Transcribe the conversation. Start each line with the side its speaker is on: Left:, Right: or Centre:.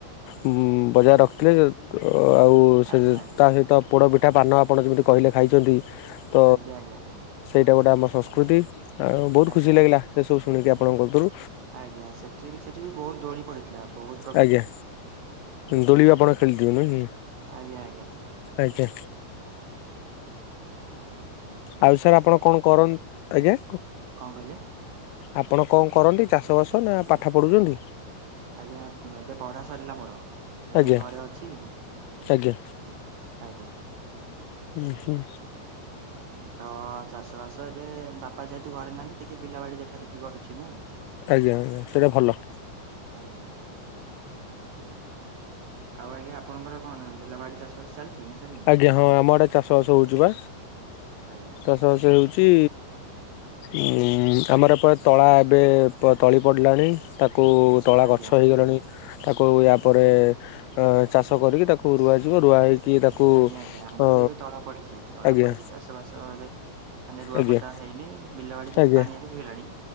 Left: ଉଁ ବଜାୟ ରଖିଥିଲେ ଅ ଆଉ ସେ
Right: ଆଜ୍ଞା
Left: ତା ସହିତ ପୋଡ଼ ପିଠା ପାନ ଆପଣ ଯେମିତି କହିଲେ ଖାଇଚନ୍ତି ତ
Right: ଆଜ୍ଞା ଆଜ୍ଞା
Left: ସେଇଟା ଗୋଟେ ଆମ ସଂସ୍କୃତି। ଆଉ ବହୁତ୍
Right: ଆଜ୍ଞା
Left: ଖୁସି ଲାଗିଲା ସେ ସବୁ ଶୁ ଶୁଣିକି ଆପଣଙ୍କ କତିିରୁ।
Right: ଆଜ୍ଞା। ସେଠି ବି ସେଠି ବି ବହୁତ୍ ଦୋଳି ପଡିଥିଲା। ବହୁତ୍
Left: ଆଜ୍ଞା ଦୋଳି ବି ଆପଣ ଖେଳିଥିବେ ନୁହେଁ କି?
Right: ଆଜ୍ଞା ଆଜ୍ଞା।
Left: ଆଜ୍ଞା। ଆଉ ସାର୍ ଆପଣ କଣ କରନ୍ ଆଜ୍ଞା।
Right: କଣ କହିଲେ
Left: ଆପଣ କଣ କରନ୍ତି ଚାଷବାସ ନା ପାଠ ପଢୁଚନ୍ତି?
Right: ଆଜ୍ଞା ଏବେ ପଢା ସରିଲା ମୋର ଏବେ
Left: ଆଜ୍ଞା
Right: ଘରେ ଅଛି।
Left: ଆଜ୍ଞା
Right: ଆଜ୍ଞା।
Left: ହୁଁ ହୁଁ।
Right: ଧ ଚାଷବାସ ଏବେ ବାପା ଯେହେତୁ ଘରେ ନାହାନ୍ତି ଟିକେ ବିଲବାଡି ଦେଖାଦେଖି କରୁଛି ମୁଁ
Left: ଆଜ୍ଞା ସେଇରା ଭଲ।
Right: ଆଜ୍ଞା। ଆଉ ଆଜ୍ଞା ଆପଣଙ୍କର କଣ ବିଲବାଡି ଚାଷବାସ ଚାଲିଚି ନା ଚାଲିନି?
Left: ଆଜ୍ଞା ହଁ ଆମ ଆଡ଼େ ଚାଷବାସ ହଉଚି ବା
Right: ଆଜ୍ଞା
Left: ଚାଷବାସ ହଉଚି। ଉଁ ଆମର ଏପ ତଳା ଏବେ ତ ତଳି ପଡ଼ିଲାଣି ତାକୁ ତଳା
Right: ଆଜ୍ଞା
Left: ଗଛ ହେଇଗଲାଣି। ତାକୁ ୟାପରେ ଅ ଚାଷ କରିକି ତାକୁ ରୁଆଯିବ ରୁଆ ହେଇକି ତାକୁ
Right: ଆଜ୍ଞା ଆଜ୍ଞା ଆମର
Left: ଅ
Right: ବି ଏବେ ତଳା ପଡିଚି ତଳା
Left: ଆଜ୍ଞା
Right: ପଡିଚି ଚାଷବାସ ଏବେ ମାନେ ରୁଆପତା
Left: ଆଜ୍ଞା
Right: ହେଇନି ବିଲ ବାଡି ଯେହେତୁ
Left: ଆଜ୍ଞା
Right: ପାଣି ବି ହେଇଗଲାଣି